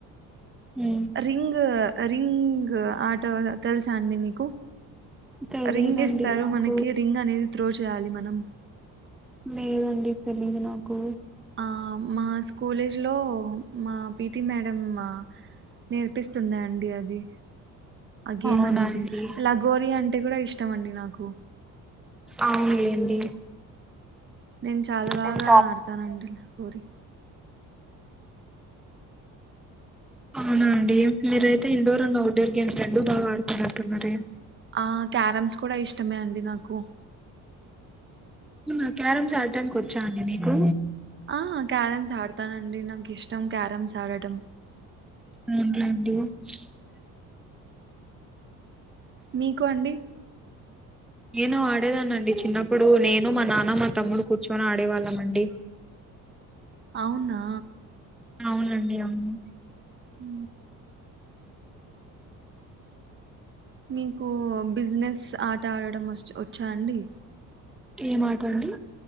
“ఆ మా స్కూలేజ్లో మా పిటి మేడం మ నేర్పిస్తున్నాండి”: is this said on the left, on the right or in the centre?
Right